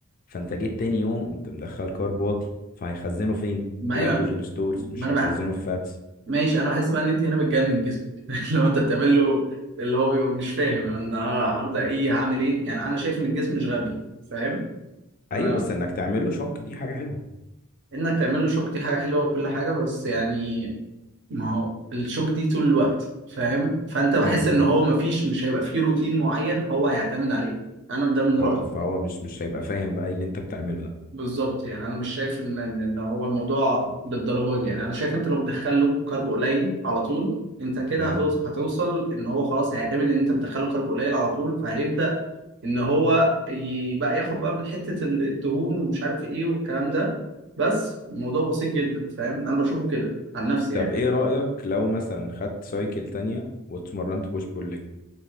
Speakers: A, on the left; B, on the right.
A: فانت جيت تاني يوم قمت مدخل كارب واطي فهيخزنه فين
B: ما
A: جلايكوجين
B: ايوه
A: ستورز مش
B: ما انا
A: هيخزنه
B: بح...
A: في فاتس
B: ماشي انا بحس بقى ان انت هنا بتجنن جسمك <laughs> لو انت بتعمل له اللي هو بيبقى مش فاهم انا النهارده ايه هعمل ايه يعني انا شايف ان الجسم مش غبي فاهم
A: ايوه
B: انا
A: بس انك تعمل له شوك دي حاجه حلوه
B: انك تعمل له شوك دي حاجه حلوه وكل حاجه بس يعني ما هو الشوك دي طول الوقت فاهم فانت بحس
A: امم
B: ان هو مفيش مش هيبقى فيه روتين معين هو هيعتمد عليه انا ده من رأيي
A: هو فهو مش مش هيبقى فاهم بقى إيه اللي انت بتعمله ده
B: بالظبط يعني انا مش شايف ان ان إن هو الموضوع للدرجه دي يعني انا شايف انت لو بتدخله كارب قليل على طول انت كده
A: امم
B: هتوص- هتوصل ان هو خلاص هيعتمد ان انت بتدخله كارب قليل على طول فهيبدأ ان هو ي- بقى ياخد بقى من حتة ال- الدهون ومش عارف ايه والكلام ده بس الموضوع بسيط جدا فاهم انا بشوفه كده عن نفسي
A: طب
B: يعني
A: ايه رايك لو مثلا خدت سايكل تانية واتمرنت بوش بول ليج